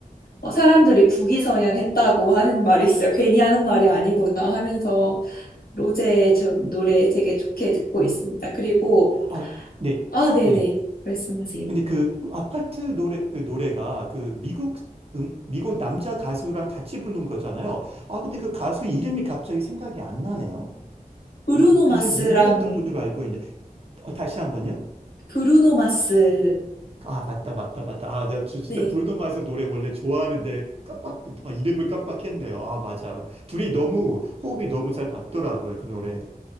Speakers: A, on the left; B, on the right.
A: 어, 사람들이 국위선양 했다고 하는 말이 진짜 괜히 하는 말이 아니구나 하면서, 로제 저 노래 되게 좋게 듣고 있습니다. 그리고,
B: 아, 네.
A: 아, 네네,
B: 네.
A: 말씀하세요.
B: 근데 그 아파트 노래 그 노래가 그 미국 음, 미국 남자 가수랑 같이 부른 거잖아요. 아 근데 그 가수 이름이 갑자기 생각이 안 나네요.
A: 브루노
B: 아 굉장히
A: 마스랑,
B: 유명했던 분으로 알고 있는데 어, 다시 한번요.
A: 브루노 마스요.
B: 아 맞다 맞다 맞다. 아 내가 지- 진짜
A: 네.
B: 브루노 마스 노래 원래 좋아하는데 깜빡 아, 이름을 깜빡했네요. 아 맞아. 둘이 너무 호흡이 너무 잘 맞더라고요 그 노래.